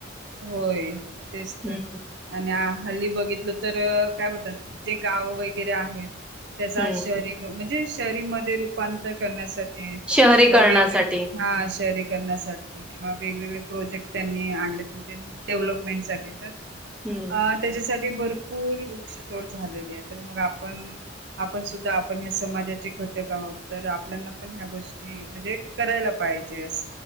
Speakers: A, on the right; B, in the centre.
A: होय तेच
B: हम्म
A: तर आणि हल्ली बघितलं तर काय होतात जे गावं वगैरे आहेत त्याचा
B: हम्म
A: शहरी म्हणजे शरी म रुपांतर करण्यासाठी किंवा
B: शहरीकरणासाठी
A: वेगवेग हा शरी करण्यासाठी किंवा वेगवेगळे प्रोजेक्ट त्यांनी आणले म्हणजे डेव्हलपमेंट सासाठी तर
B: हम्म
A: अं त्याच्यासाठी भरपूर वृक्षतोड झालेले आहे तर मग आपण आपण सुद्धा आपण ह्या समाजाचे घटक आहोत तर आपल्याना पण ह्या गोष्टी म्हणजे करायला पहि पायजेस